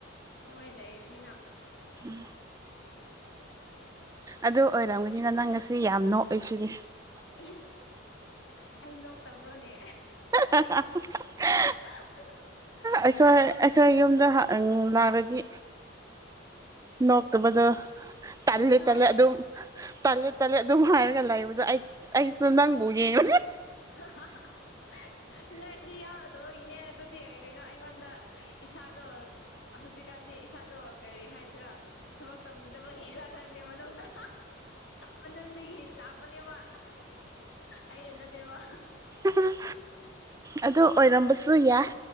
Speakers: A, on the left; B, on the right.
A: ꯃꯣꯏ ꯂꯩꯕꯅꯤꯅ
B: ꯎ ꯑꯗꯨ ꯑꯣꯏꯔꯝꯒꯅꯤꯅ ꯅꯪ ꯉꯁꯤ ꯌꯥꯝ ꯅꯣꯛꯏ ꯁꯤꯗꯤ
A: ꯏꯁꯁ ꯑꯩ ꯅꯣꯛꯇꯕ꯭ꯔꯣꯅꯦ
B: <unintelligible>
A: <unintelligible>
B: ꯑꯩꯈꯣꯏ ꯑꯩꯈꯣꯏ ꯌꯨꯝꯗ ꯂꯅꯥꯔꯗꯤ ꯅꯣ ꯇꯕꯗꯨ ꯇꯂ
A: ꯑꯦꯁ ꯅꯣꯛꯑꯦ
B: ꯇꯂꯦ ꯑꯗꯨ ꯇꯂ ꯇꯂꯦ ꯑꯗꯨ ꯍꯥꯏꯔꯒꯂ ꯏ ꯗꯣ ꯑꯩ ꯑꯩꯁꯨ ꯅꯪꯕꯨ ꯌꯦꯡꯉ
A: ꯑ ꯅꯔꯖꯤ ꯌꯥꯎꯔꯗꯒꯤꯅꯦ ꯑꯗꯨꯗꯤ ꯀꯩꯅꯣ ꯑꯩꯉꯣꯟꯗ ꯏꯁꯥꯗꯣ ꯍꯧꯖꯤꯛꯀꯥꯟꯁꯤ ꯏꯁꯥꯗꯣ ꯀꯔꯤ ꯍꯥꯏꯁꯤꯔꯥ ꯊꯕꯛ ꯇꯧꯅꯤꯡꯗꯕꯒꯤꯦꯔꯥ ꯈꯪꯗꯦ ꯃꯅꯨꯡꯗ ꯃꯅꯨꯡꯗꯒꯤꯗꯒꯤ ꯂꯥꯛꯄꯅꯦꯕ ꯑꯩꯗꯤ ꯅꯠꯇꯦꯕ
B: ꯎ ꯑꯗꯨ ꯑꯣꯏꯔꯝꯕꯁꯨ ꯌꯥꯏ